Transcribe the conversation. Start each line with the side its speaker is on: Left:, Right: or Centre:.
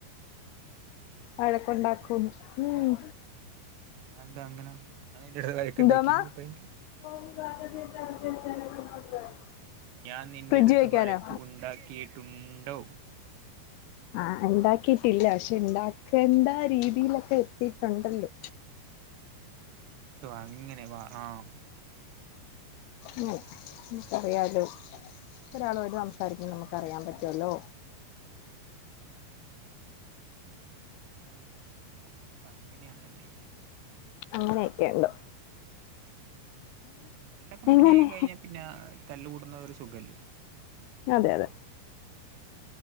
Left: വഴക്കുണ്ടാക്കും
Right: അതെ
Left: ഉം
Right: അതെന്താ അങ്ങനെ അതയ്ന്റെ റേക്ക്ണ്ടാക്കി
Left: എന്തോമാ
Right: പോയോക്ക്
Left: <unintelligible>
Right: ഞാൻ നിന്റെ
Left: ഫ്രിഡ്ജ്
Right: അട്ത്ത്
Left: വെക്കാനോ
Right: വഴക്ക് ഉണ്ടാക്കിയിട്ടുണ്ടോ
Left: ആഹ് ആഹ് ഇണ്ടാക്കീട്ടില്ല പക്ഷെ ഇണ്ടാക്കേണ്ട രീതിയിലൊക്കെ എത്തിയിട്ടുണ്ടല്ലോ
Right: ഓഹ് അങ്ങെനെ വാ ആഹ്
Left: ഉം നമുക്കറിയാലോ ഒരാളു ആയിട്ട് സംസാരിക്കുമ്പം നമുക്ക് അറിയാൻ പറ്റുവല്ലോ
Right: അപ്പം അങ്ങനെയാണ് അല്ലേ
Left: അങ്ങനെയൊക്കെണ്ടോ
Right: നല്ല കമ്പനി
Left: എങ്ങനെ
Right: ആയി കഴിഞ്ഞാ പിന്നെ തല്ല്കൂടുന്നതൊര് സുഖല്ലേ
Left: അതെ അതെ